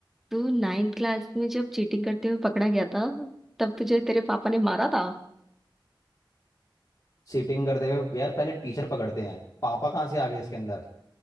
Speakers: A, in the centre; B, on the left.
A: तू नाइन्थ क्लास में जब चीटिंग करते हुए पकड़ा गया था तब तुझे तेरे पापा ने मारा था
B: चीटिंग करते हुए यार पहले टीचर पकड़ते हैं पापा कहाँ से आ गए इसके अंदर